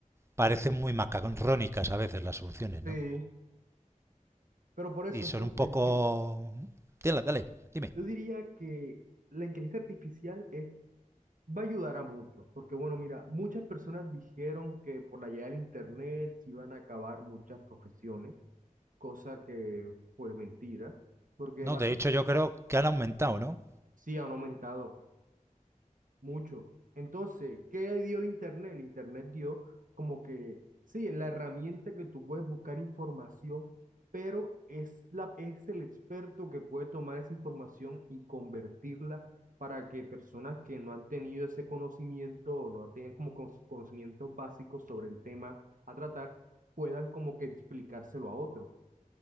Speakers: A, on the right; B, on the right.
A: parecen muy macarrónicas a veces las soluciones, ¿no?
B: sí. Pero por eso
A: Y son
B: entonces
A: un poco...
B: yo,
A: Dale, dale, dime.
B: yo diría que la inteligencia artificial es Va a ayudar a muchos, porque bueno, mira, muchas personas dijeron que por la llegada del Internet se iban a acabar muchas profesiones, cosa que fue mentira, porque
A: No,
B: básicamente
A: de hecho yo creo que han aumentado, ¿no?
B: sí han aumentado. Mucho. Entonces, ¿qué dio el Internet? El Internet dio como que, sí, la herramienta que tú puedes buscar información, pero es, la, es el experto que puede tomar esa información y convertirla para que personas que no han tenido ese conocimiento o no tienen como con- conocimientos básicos sobre el tema a tratar, puedan como que explicárselo a otros